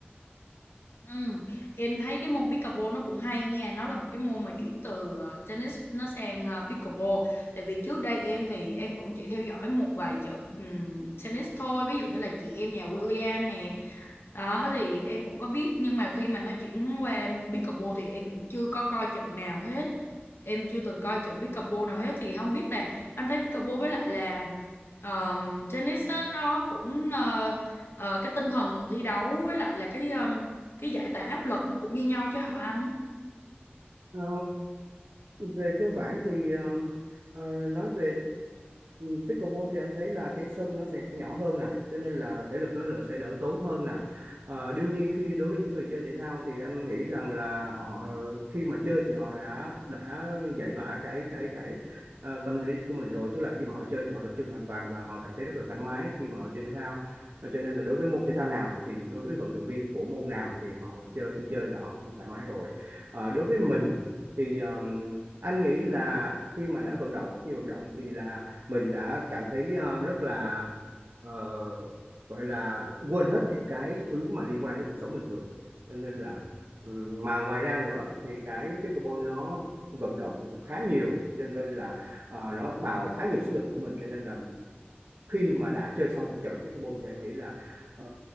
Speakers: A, on the left (about 75°); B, on the right (about 75°).
A: Ừ. Em thấy cái môn pickleball nó cũng hay nha Nó là một cái môn mà chuyển từ ờ, tennis nó sang ờ, pickleball Tại vì trước đây em thì em cũng chỉ theo dõi một vài trận ừm, tennis thôi Ví dụ như là chị em nhà William nè đó thì em cũng có biết nhưng mà khi mà nó chuyển qua môn pickleball thì em cũng chưa có coi trận nào hết. Em chưa từng coi trận pickleball nào hết thì không biết là anh thấy pickleball với lại là ờm, tennis á, nó cũng ờ, ờ, cái tinh thần thi đấu với lại là cái ờm, cái giải tỏa áp lực nó cũng như nhau chứ hả anh?
B: Ờ, về cơ bản thì um, ờ, nói về ừ, pickleball thì anh thấy là cái sân nó sẽ nhỏ hơn nè, cho nên là thể lực nó là sẽ đỡ tốn hơn nè. Ờ, đương nhiên khi đối với những người chơi thể thao thì anh nghĩ rằng là họ khi mà chơi thì họ đã đã giải tỏa cái cái cái ờ, tâm lý của mình rồi, tức là khi mà họ chơi thì họ tập trung hoàn toàn và họ cảm thấy rất là thoải mái khi mà họ chơi thể thao. Ờ, Cho nên là đối với môn thể thao nào thì đối với vận động viên của môn nào thì họ chơi khi chơi là họ cũng thoải mái rồi. Ờ, đối với mình thì um, anh nghĩ là khi mà đã vận động khi vận động thì là mình đã cảm thấy ờ, rất là ờ, gọi là quên hết những cái thứ mà liên quan đến cuộc sống bình thường cho nên là ừm, mà ngoài ra nữa thì cái pickleball nó vận động khá nhiều cho nên là ờ, nó bào khá nhiều sức lực của mình cho nên là khi mà đã chơi xong một trận pickleball thì anh nghĩ là ờ,